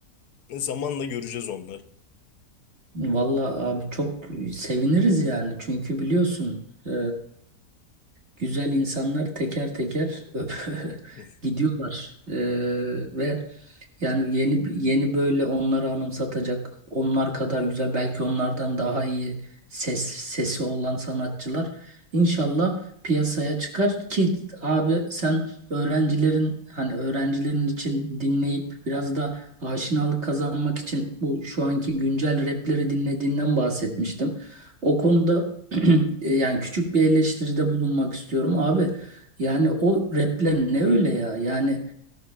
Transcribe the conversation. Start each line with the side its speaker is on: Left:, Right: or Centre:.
Left: Zamanla göreceğiz onları.
Right: Vallahi abi çok seviniriz yani. Çünkü biliyorsun e, güzel insanlar teker teker <laughs> öp-
Left: <laughs>
Right: gidiyorlar. E, ve yani yeni yeni böyle onları anımsatacak, onlar kadar güzel, belki onlardan daha iyi ses sesi olan sanatçılar inşallah piyasaya çıkar ki abi sen öğrencilerin hani öğrencilerin için dinleyip biraz da aşinalık kazanmak için bu şu anki güncel rapleri dinlediğinden bahsetmiştim. O konuda <clears throat> yani küçük bir eleştiride bulunmak istiyorum abi. Yani o rapler ne öyle ya? Yani